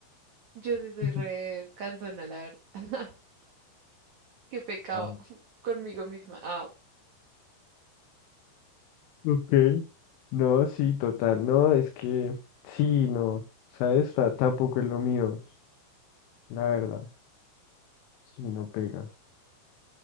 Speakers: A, on the right; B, on the left.
A: yo sí soy
B: Ujú.
A: re cansona, la verdad. <laughs> Qué pecado
B: Ah,
A: <laughs> conmigo misma. Ah,
B: Ok, No, sí, total, no, es que sí, no, ¿sabes? Ta- tampoco es lo mío, la verdad, sí, no pega.